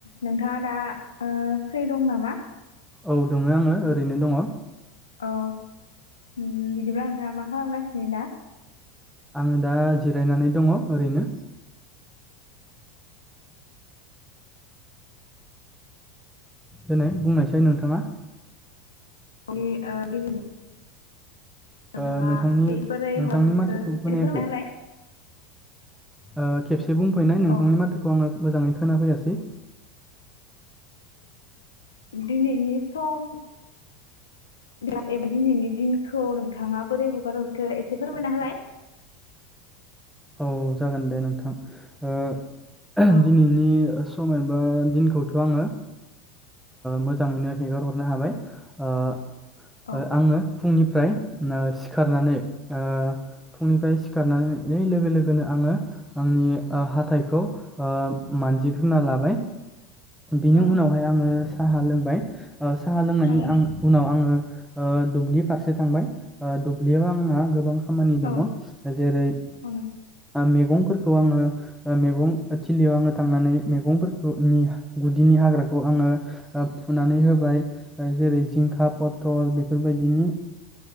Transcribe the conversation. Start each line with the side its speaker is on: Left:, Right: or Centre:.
Left: नोंथाङा दा ओ फ्रि दं नामा?
Centre: औ दङो आङो ओरैनो दङ।
Left: औ उम बिदिब्ला नोंथाङा मा खालामगासिनो दा?
Centre: आङो दा जिरायनानै दङ ओरैनो। देनो बुंनायसै नोंथाङा
Left: <unintelligible> नोंथाङा
Centre: ओ नोंथांनि
Left: बोरै
Centre: नोंथांनि
Left: हगारहरनो
Centre: माथोखौ खोनायाखै
Left: ए फोरमायना होलाय
Centre: ओ खेबस दे बुंफिनाय नोंथांनि
Left: औ ओ
Centre: माथोखौ आङो मोजाङै खोनाफैयासै।
Left: दिनैनि सम <inaudible> दिनैनि दिनखौ नोंथाङा बोरै हगार हरखो एसे फोरमायना होलाय।
Centre: औ जागोन दे नोंथां ओ ओ
Left: औ
Centre: दिनैनि सम एबा दिनखौथ' ओ आङो मोजाङैनो हेगार हरनो हाबाय ओ
Left: औ
Centre: ओ आङो फुंनिफ्राय ओ सिखारनानै ओ फुंनिफ्राय सिखारनानै नै लोगो लोगोनो आङो आंनि ओ हाथाइखौ ओ मानजिगोना लाबाय। बिनि
Left: औ
Centre: उनावहाय आङो साहा लोंबाय ओ साहा लोंनायनि
Left: औ
Centre: आं उनाव आङो ओ दुब्लि फारसे थांबाय। ओ दुब्लियाव आंहा गोबां खा खामानि दङ
Left: औ
Centre: जेरै‌
Left: <unintelligible>
Centre: मेगंफोरखौ आङो ओ मेगं थिलियाव आङो थांनानै मेगंफोरखौनि गुदिनि हाग्राखौ आङो ओ फुनानै होबाय ओ जेरै जिंखा पथल बेफोरबायदिनि